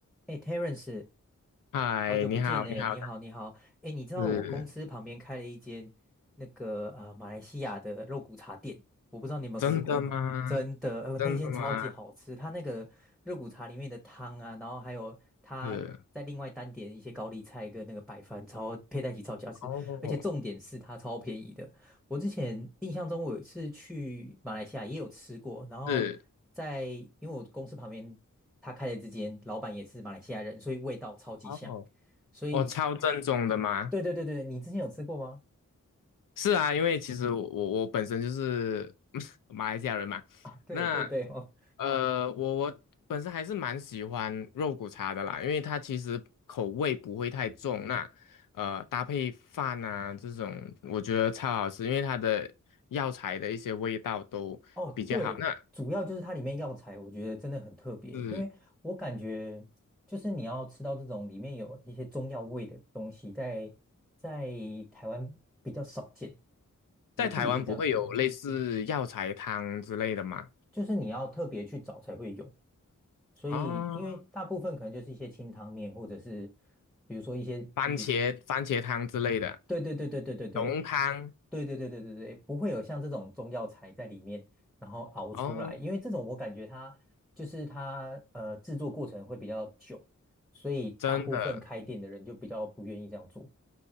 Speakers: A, in the centre; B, on the left (about 85°).
A: 哎，Terence，
B: 嗨，
A: 好久不见呢，
B: 你好，你好，
A: 你好，你好，哎，你知道我公司旁边开了一间那个呃马来西亚的肉骨茶店，
B: 是
A: 我不知道你有没有吃过，
B: 真的吗？
A: 真的，呃，
B: 真的吗？
A: 那间超级好吃，它那个肉骨茶里面的汤啊，然后还有它在另外单点一些高丽菜跟那个白饭，
B: 是
A: 超配在一起超级好吃，
B: 哦，
A: 而且重点是它超便宜的。我之前印象中我有一次去马来西亚也有吃过，然后在因为我公司旁边他开的这间，
B: 是
A: 老板也是马来西亚人，所以味道超级像。
B: 哦，
A: 所以，
B: 我超正宗的吗？
A: 对对对对，你之前有吃过吗？<laughs>
B: 是啊，因为其实我我本身就是 <laughs> 马来西亚人嘛，
A: 啊，对对对哦，
B: 那呃，我我本身还是蛮喜欢肉骨茶的啦，因为它其实口味不会太重，那呃搭配饭啊这种，我觉得超好吃，因为它的药材的一些味道都比较好。
A: 哦，对，
B: 那
A: 主要就是它里面药材，我觉得真的很特别，
B: 是。
A: 因为我感觉就是你要吃到这种里面有一些中药味的东西在，在台湾比较少见，我自己是这样觉得，
B: 在台湾不会有类似药材汤之类的吗？
A: 就是你要特别去找才会有，所以因为大部分可能就是一些清汤面，
B: 哦，
A: 或者是比如说一些。
B: 番茄番茄汤之类的，
A: 比。对对对对对对对。
B: 浓汤
A: 对对对对对对，不会有像这种中药材在里面，然后熬出来，
B: 哦，
A: 因为这种我感觉它就是它呃制作过程会比较久，所以大部分开店的人就比较不愿意这样做。
B: 真的